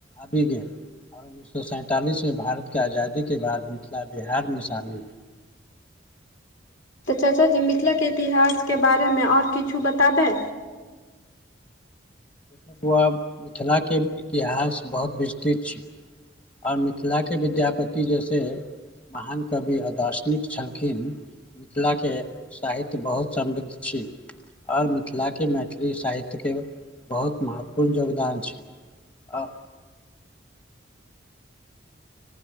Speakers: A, on the left; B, on the left.
A: आबि गेल आ उन्नीस सौ सैंतालिस में भारत के आजादी के बाद मिथिला बिहार में शामिल भेल
B: तऽ चाचा जी मिथिलाके इतिहासके बारेमे ओर किछु बताबै
A: देख बौआ मिथिलाके इतिहास बहुत विस्तृत छी और मिथिलाके विद्यापति जैसे महान कवि अदार्शनिक छलखिन मिथिलाके साहित्य बहुत समृद्ध छी आर मिथिला के मैथिली साहित्य के बहुत महत्वपूर्ण योगदान छै आ